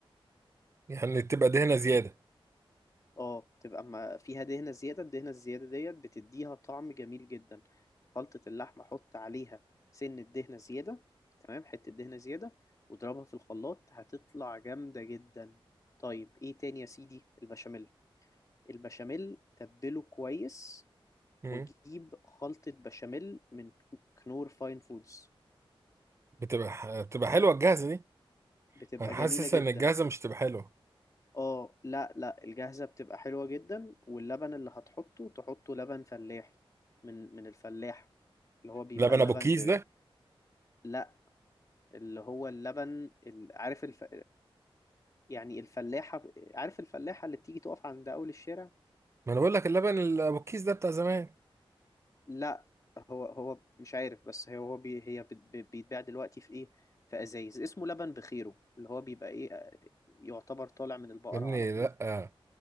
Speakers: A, on the right (about 30°); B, on the left (about 35°).
A: يعني تبقى دهنه زياده
B: اه بتبقى ما فيها دهنة زيادة الدهنة الزيادة ديت بتديها طعم جميل جدا خلطة اللحمة حط عليها سن الدهنة زيادة تمام حتة دهنة زيادة واضربها في الخلاط هتطلع جامدة جدا طيب ايه تاني يا سيدي البشاميل البشاميل تبله كويس
A: امم
B: وجيب خلطة بشاميل من كنور فاين فودز
A: بتبقى بتبقى حلوه الجاهزه دي
B: بتبقى
A: انا حاسس
B: جميلة جدا
A: ان الجاهزه مش تبقى حلوه
B: اه لا لا الجاهزة بتبقى حلوة جدا واللبن اللي هتحطه تحطه لبن فلاحي من من الفلاح اللي هو بيبقى
A: لبن
B: اللبن
A: ابو كيس
B: ب
A: ده
B: لا اللي هو اللبن ال- عارف الف... يعني الفلاحة عارف الفلاحة اللي بتيجي تقف عند أول الشارع
A: ما انا بقول لك اللبن ال- ابو الكيس ده بتاع زمان
B: لا هو هو مش عارف بس هي هو بي... هي بت- بي- بيتباع دلوقتي في إيه في أزايز اسمه لبن بخيره اللي هو بيبقى إيه يعتبر طالع من البقرة
A: يا ابني
B: على طول
A: لا